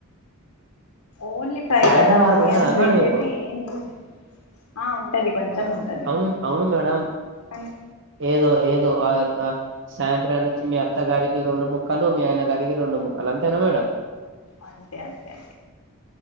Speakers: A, on the left (about 85°); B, on the right (about 55°).
A: ఓన్లీ ఫ్రై
B: సాయంత్రం
A: కదా
B: వరకు
A: ఆనియన్స్
B: ఉండదా
A: వేసేసి
B: మేడం ఇప్పుడు
A: ఏమి ఆ ఉంటది కొంచెం ఉంటది
B: అవును అవును మేడం
A: కానీ
B: ఏదో ఏదో ఆ సాయంత్రానికి మీ అత్తగారికి రెండు ముక్కలు మీ ఆయన గారికి రెండు ముక్కలు అంతేనా మేడం
A: అంతె అంతె